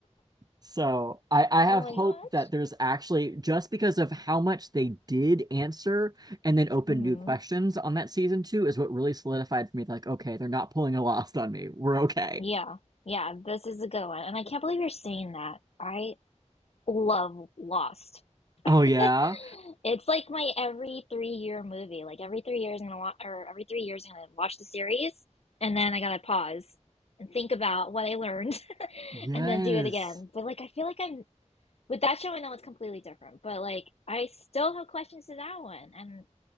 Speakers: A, on the right; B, on the left.
A: So I, I have
B: Oh my
A: hope
B: gosh.
A: that there's actually just because of how much they did answer and then open
B: hmm
A: new questions on that season two is what really solidified for me. Like, okay, they're not pulling a lost on me. We're okay.
B: Yeah. Yeah, this is a good one. And I can't believe you're saying that. I love Lost.
A: Oh
B: <laughs>
A: yeah.
B: It's like my every three year movie. Like every three years I'm gonna watch or every three years I'm gonna watch the series and then I gotta pause and think about what I learned <laughs>
A: Yes.
B: and then do it again. But like I feel like I'm with that show I know it's completely different, but like I still have questions to that one and